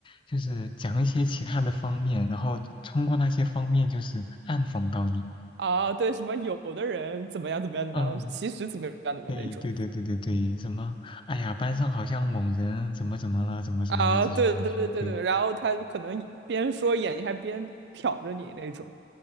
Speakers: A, on the left (about 30°); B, on the right (about 75°).
A: 就是讲一些其他的方面，然后通过那些方面就是暗讽到你。
B: 啊，对，什么有的人怎么样怎么样怎么样，
A: 嗯，
B: 其实怎么样怎么那种
A: 对对对对对对，什么？哎呀，班上好像某人怎么怎么了，怎么怎么了这种感觉，
B: 啊，对对对对对，
A: 对。
B: 然后他可能边说眼睛还边瞟着你那种，